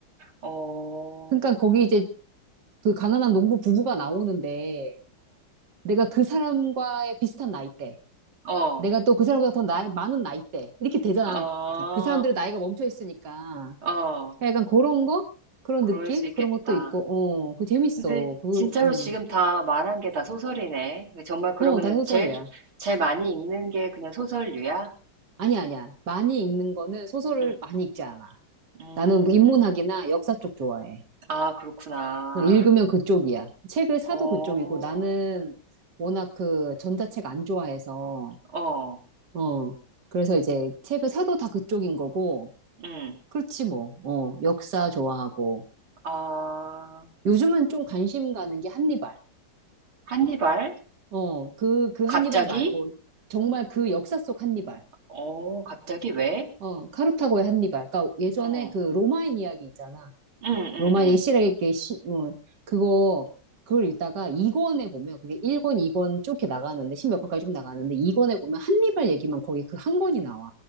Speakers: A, on the right; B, on the right.
A: 어, 어,
B: 그러니까 거기 이제 그 가난한 농부 부부가 나오는데 내가 그 사람과의 비슷한 나이대,
A: 어,
B: 내가 또 그 사람보다 더 나이, 많은 나이대, 이렇게 되잖아.
A: 어,
B: 이렇게 그 사람들의 나이가 멈춰 있으니까.
A: 어,
B: 그러니까 약간 그런 거? 그런
A: 그럴
B: 느낌?
A: 수 있겠다.
B: 그런 것도 있고, 어, 그거 재밌어.
A: 근데
B: 그,
A: 진짜로
B: 음,
A: 지금 다 말한 게 다 소설이네. 정말 그러면은
B: 어, 다 소설이야.
A: 제일, 제일 많이 읽는 게 그냥 소설류야?
B: 아니야, 아니야. 많이 읽는 거는 소설을
A: 응,
B: 많이 읽지 않아.
A: 음,
B: 나는 뭐 인문학이나 역사 쪽 좋아해.
A: 아, 그렇구나.
B: 어, 읽으면 그쪽이야. 책을 사도
A: 어,
B: 그쪽이고 나는 워낙 그 전자책 안 좋아해서,
A: 어,
B: 어. 그래서 이제 책을 사도 다 그쪽인 거고,
A: 음,
B: 그렇지 뭐. 어, 역사 좋아하고.
A: 아,
B: 요즘은 좀 관심 가는 게 한니발.
A: 한니발?
B: 어, 그, 그 한니발
A: 갑자기?
B: 말고 정말 그 역사 속 한니발.
A: 어, 갑자기 왜?
B: 어, 카르타고의 한니발. 그러니까 예전에
A: 어,
B: 그 로마인 이야기 있잖아.
A: 응, 응,
B: 로마니 실에게 시, 음, 그거 그걸 읽다가 2권에 보면 그게 1권, 2권 쭉 이렇게 나가는데 10몇 권까지 쭉 나가는데 2권에 보면 한니발 얘기만 거기 그 한 권이 나와.